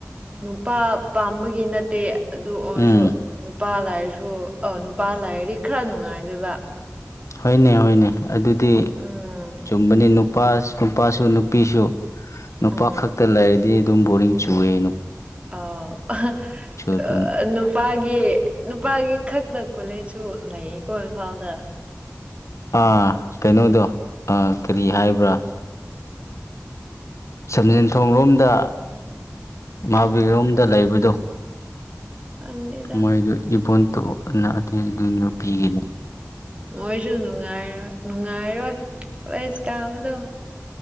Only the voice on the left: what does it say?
ꯎꯝ
ꯍꯣꯏꯅꯦ ꯍꯣꯏꯅꯦ ꯑꯗꯨꯗꯤ
ꯆꯨꯝꯕꯅꯦ ꯅꯨꯄꯥ ꯅꯨꯄꯥꯁꯨ ꯅꯨꯄꯤꯁꯨ ꯅꯨꯄꯥ
ꯈꯛꯇ ꯂꯥꯏꯔꯗꯤ ꯑꯗꯨꯝ ꯕꯣꯔꯤꯡ ꯆꯨꯏꯌꯦ
ꯑꯗꯨꯝ
ꯑꯥ ꯀꯩꯅꯣꯗꯣ ꯑꯥ ꯀꯔꯤ ꯍꯥꯏꯕ꯭ꯔꯥ꯫ ꯁꯟꯖꯦꯟ ꯊꯣꯡ ꯂꯣꯝꯗ꯫
ꯃꯍꯥꯕꯔꯤꯔꯣꯝꯗ
ꯂꯩꯕꯗꯣ꯫
ꯃꯣꯏꯗꯨ ꯏꯕꯣꯟ ꯅꯠꯇꯦ ꯑꯗꯨ ꯅꯨꯄꯤꯒꯤꯅꯦ꯫